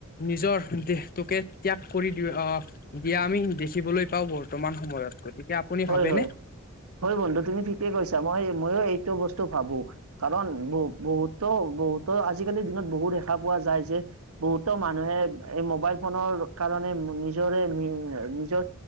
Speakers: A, on the left; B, on the right.
A: নিজৰ দেহটোকে ত্যাগ কৰি দি আহ দিয়া আমি দেখিবলৈ পাও বৰ্তমান সময়ত গতিকে আপুনি
B: হয়
A: ভাবেনে?
B: হয়, হয় বন্ধু তুমি ঠিকে কৈছা মই মইয়ো এইটো বস্তু ভাবো। কাৰণ বহ বহুতো বহুতো আজিকালিৰ দিনত বহুত দেখা পোৱা যায় যে। বহুতো মানুহে এই মোবাইল ফোনৰ কাৰণে নিজৰে নি আ নিজৰ